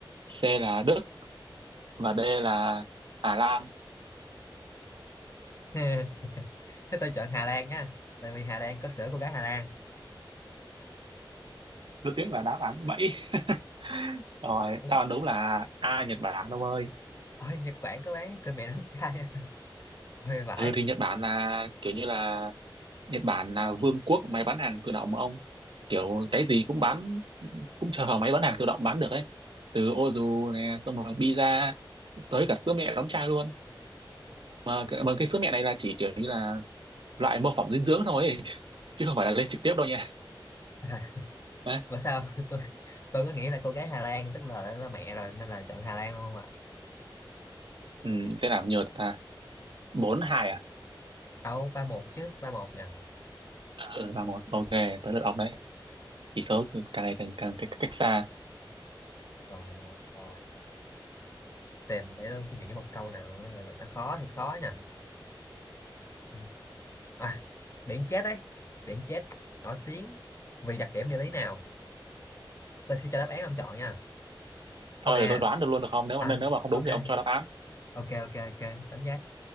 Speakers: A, on the right; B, on the left.
A: C là Đức và D là Hà Lan
B: <laughs> thế tôi chọn Hà Lan nha tại vì Hà Lan có sữa cô gái Hà Lan
A: rất tiếc là đáp án bẫy <laughs> rồi
B: đúng
A: đáp án đúng là A Nhật Bản ông ơi
B: ôi Nhật Bản có bán sữa mẹ đóng chai <laughs> ôi vải
A: Ừ thì Nhật Bản là kiểu như là Nhật Bản là vương quốc máy bán hàng tự động mà ông kiểu cái gì cũng bán cũng chờ vào máy bán hàng tự động bán được ấy từ ô dù nè xong rồi pizza tới cả sữa mẹ đóng chai luôn mà, cái- mà cái sữa mẹ này là chỉ kiểu như là loại mô phỏng dinh dưỡng thôi ấy. <laughs> chứ không phải là lên trực tiếp đâu nha
B: À,
A: Đấy.
B: Và sao <laughs> tôi tôi có nghĩ là cô gái Hà Lan tức là là mẹ rồi nên là chọn Hà Lan luôn không ạ
A: ừ, sẽ làm nhiều ta bốn hai à
B: đâu ba một chứ ba một nha
A: Ờ, ừ, ba một ok tới lượt ông đấy chỉ số càng ngày càng càng cách, cách xa
B: rồi rồi rồi tìm để tôi suy nghĩ một câu nào nó gọi là nó khó thì khó nha Ừ. à, biển chết đấy biển chết nổi tiếng vì đặc điểm địa lý nào tôi sẽ cho đáp án ông chọn nha câu
A: thôi
B: A
A: để tôi đoán được luôn được không nếu
B: à
A: mà nếu mà không đúng
B: ok
A: thì ông cho đáp án
B: ok ok ok cảm giác